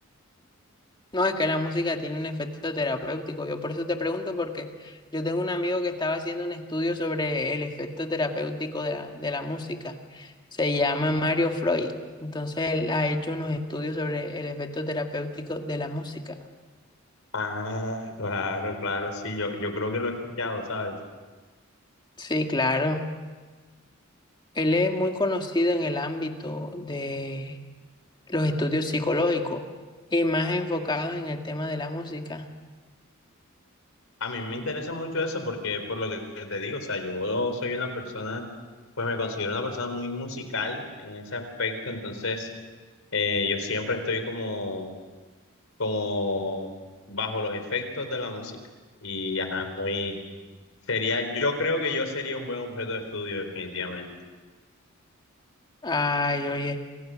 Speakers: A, on the left (about 20°); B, on the left (about 75°).
A: No, es que la música tiene un efecto terapéutico. Yo por eso te pregunto, porque yo tengo un amigo que estaba haciendo un estudio sobre el efecto terapéutico de la, de la música. Se llama Mario Freud. Entonces él ha hecho unos estudios sobre el efecto terapéutico de la música.
B: Ah, claro, claro, sí, yo, yo creo que lo he escuchado, ¿sabes?
A: Sí, claro. Él es muy conocido en el ámbito de los estudios psicológicos y más enfocados en el tema de la música.
B: A mí me interesa mucho eso porque, por lo que te digo, o sea, yo soy una persona, pues me considero una persona muy musical en ese aspecto, entonces eh, yo siempre estoy como, como bajo los efectos de la música y, ajá, muy... Sería, yo creo que yo sería un buen objeto de estudio, definitivamente.
A: Ay, oye,